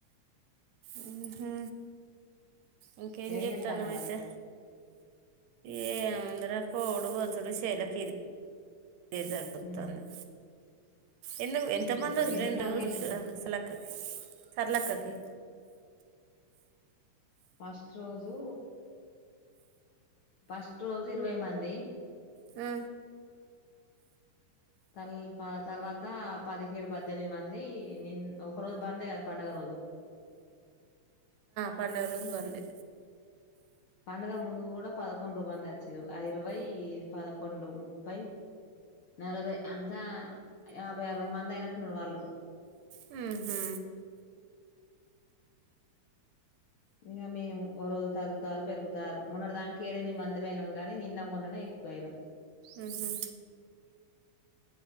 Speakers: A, on the right; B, on the left.
A: మ్మ్ హు ఇంకేం
B: ఏం
A: జేత్తునవైతే?
B: చేత్తన్నావ్ మరి
A: ఏముంది రా పోవుడు వచ్చుడు శేలకి ఇది ఇదే సరిపోత్తంది.
B: మ్మ్
A: ఎందు ఎంత
B: మ్మ్
A: మంది <unintelligible>
B: ఎన్ని కాల్ చేసినవ్
A: సర్ళక్కకి
B: ఫస్ట్ రోజూ ఫస్ట్ రోజు ఇరవై మంది
A: ఆ
B: తల్ పా తర్వాత పదిహేడు, పద్దెనిమిది మంది నిన్ ఒక్క రోజు బంద్ కదా పండగ రోజు.
A: పండగ రోజు బందే.
B: పండుగ ముందుకు కూడా పదకొండు మంది అచ్చిరు ఆ ఇరవై, ఈ పదకొండు, ముప్పై, నలభై, అంతా యాభై, అరవై, మంది అయినట్టున్నరు వాళ్ళు.
A: హ్మ్ హు
B: ఇంగ మేము ఓ రోజు తగ్గుతారు పెరుగుతారు. మొన్నటి దాంక ఏడేనిమి మందు పోయినం గాని, నిన్న మొన్ననే ఎక్కువయినం.
A: మ్మ్ హు